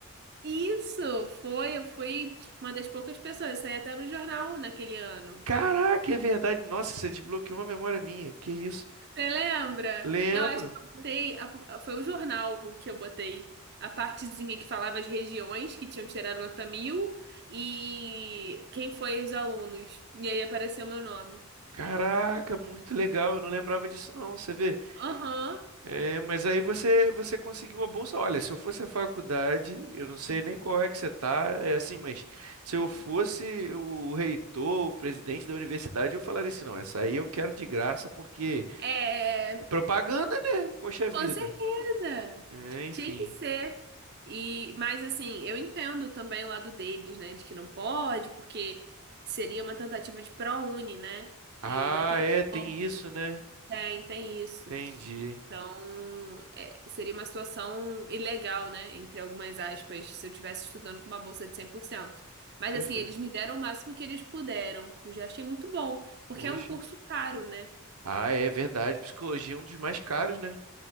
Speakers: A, on the right (about 50°); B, on the right (about 85°).
A: Isso, foi, eu fui uma das poucas pessoas, saí até no jornal naquele ano.
B: Caraca, é verdade. Nossa, você desbloqueou uma memória minha. Que isso?
A: Você lembra?
B: Lembro.
A: Eu acho que eu botei. a- foi o jornal que eu botei. A partezinha que falava as regiões que tinham tirado nota mil e quem foi os alunos. E aí apareceu meu nome.
B: Caraca, muito legal. Eu não lembrava disso não, você vê.
A: Aham.
B: É, mas aí você você conseguiu a bolsa. Olha, se eu fosse a faculdade, eu não sei nem qual é que você tá, é assim, mas se eu fosse o reitor, o presidente da universidade, eu falaria assim, não, essa aí eu quero de graça porque
A: É,
B: é propaganda, né? Poxa vida.
A: com certeza.
B: É, enfim.
A: Tinha que ser. E, mas assim, eu entendo também o lado deles, né? De que não pode, porque seria uma tentativa de ProUni, né?
B: Ah,
A: E não tem
B: é, tem
A: como.
B: isso, né?
A: Tem, tem isso.
B: Entendi.
A: Então, é, seria uma situação ilegal, né? Entre algumas aspas, se eu estivesse estudando com uma bolsa de 100%. Mas,
B: Perfeito.
A: assim, eles me deram o máximo que eles puderam. Eu já achei muito bom, porque
B: Poxa.
A: é um curso caro, né?
B: Ah, é verdade. Psicologia é um dos mais caros, né?